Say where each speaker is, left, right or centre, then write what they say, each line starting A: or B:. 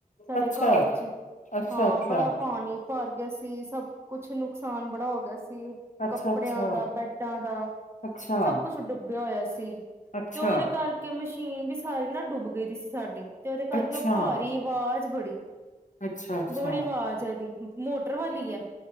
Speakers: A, on the right; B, on the left.
A: ਸਾਡੇ
B: ਅੱਛਾ
A: ਘਰ ਚ,
B: ਅੱਛਾ
A: ਹਾਂ
B: ਅੱਛਾ
A: ਬੜਾ ਪਾਣੀ ਭਰ ਗੇਸੀ ਸਭ ਕੁਛ ਨੁਕਸਾਨ ਬੜਾ ਹੋ ਗਿਆ ਸੀ
B: ਅੱਛਾ
A: ਕੱਪੜਿਆਂ
B: ਅੱਛਾ
A: ਦਾ, ਬੈਡਾਂ ਦਾ
B: ਅੱਛਾ
A: ਸਭ ਕੁਛ ਡੁੱਬਿਆ ਹੋਇਆ ਸੀ। ਸੀ
B: ਅੱਛਾ
A: ਤੇ ਉਹਦੇ ਕਰਕੇ ਮਸ਼ ਟੀਨ ਵੀ ਸਾਰੀ ਨਾ ਡੁੱਬ ਗਈ ਦੀ ਸੀ ਸਾਡੀ। ਤੇ ਉਹਦੇ ਕਰਕੇ
B: ਅੱਛਾ
A: ਉਹ ਭਾਰੀ ਵਾਜ਼ ਬੜੀ,
B: ਅੱਛਾ ਅੱਛਾ
A: ਬੜੀ ਆਵਾਜ਼ ਐ ਇਹਦੀ। ਮੋਟਰ ਵਾਲੀ ਐ,